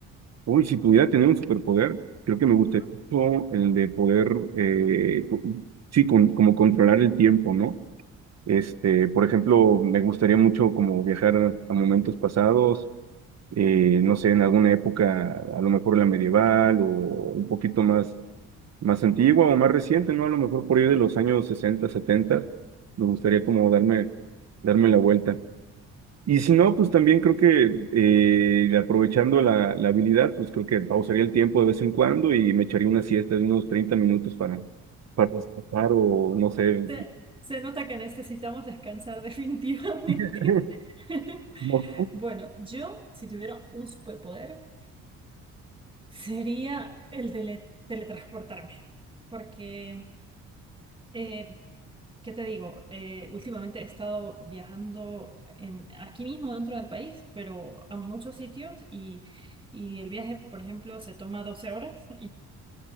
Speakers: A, on the right (about 50°); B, on the right (about 15°).
A: uy, si pudiera tener un superpoder, creo que me gustaría
B: Ujú.
A: mucho el de poder, eh, co- sí, con, como controlar el tiempo, ¿no? Este, por ejemplo, me gustaría mucho como viajar a momentos pasados, eh, no sé, en alguna época, a lo mejor la medieval o un poquito más más antigua o más reciente, ¿no? A lo mejor por ir de los años 60 70, me gustaría como darme, darme la vuelta. Y si no, pues también creo que eh, aprovechando la, la habilidad, pues creo que pausaría el tiempo de vez en cuando y me echaría una siesta de unos 30 minutos para, para descansar o no sé.
B: Se, se nota que necesitamos descansar definitivamente.
A: <laughs>
B: <laughs>
A: No,
B: Bueno, yo, si tuviera un superpoder, sería el de le- teletransportarme. Porque eh, ¿Qué te digo? Eh, últimamente he estado viajando en, aquí mismo dentro del país, pero a muchos sitios y, y el viaje, por ejemplo, se toma 12 horas